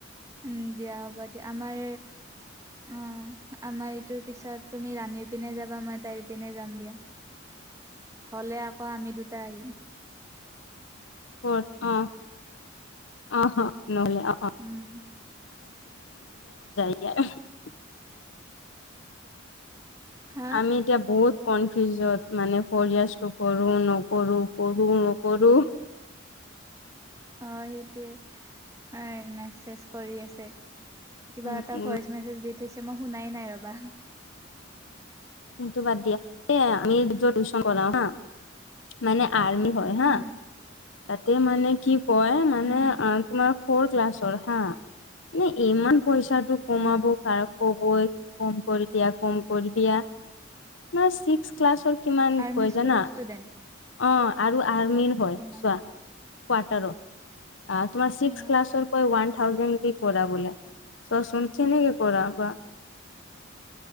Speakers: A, on the right (about 15°); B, on the left (about 75°).
A: উম দিয়া হ'ব দিয়া আমাৰ অ', আমাৰ ইটোৰ পিছত তুমি ৰাণীৰ পিনে যাবা মই তাইৰ পিনে যাম দিয়া। হলে আকৌ আমি দুটা আহিম।
B: অ', অহা ন অ'। অ', অ'।
A: উম
B: <unintelligible>
A: হা
B: আমি এতিয়া বহুত কনফিউজত মানে‌ পৰি আছোঁ কৰো নকৰো কৰো নকৰো।
A: অ' সেইটোৱে মেছেজ কৰি আছে কিবা
B: উম
A: এটা
B: উম
A: ভইচ মেছেজ দি থৈছে মই শুনাই নাই ৰবা।
B: কিন্তু বাদ দিয়া এ আমি যত টিউচন কৰাও হা মানে আৰ্মি হয় হা
A: উম
B: তাতে মানে কি কয় মানে
A: উম
B: তোমাৰ ফৰ ক্লাছৰ হা নে ইমান পইচাটো কমাব
A: উম
B: কাৰক কগৈ কম কৰি দিয়া কম কৰি দিয়া। ক্লাছ ছিক্স ক্লাছৰ কিমান
A: আৰ্মি
B: হয়
A: স্কুলৰ
B: জানা
A: ষ্টুডেণ্ট
B: অ' আৰু আৰ্মিৰ হয়
A: কিমান
B: চোৱা। কোৱাটাৰ তোমাৰ ছিক্স
A: অ
B: ক্লাছৰ পৰা ওৱান থাউজেন কে কৰাবলে। চোৱাচোন কেনেকে পঢ়াবা।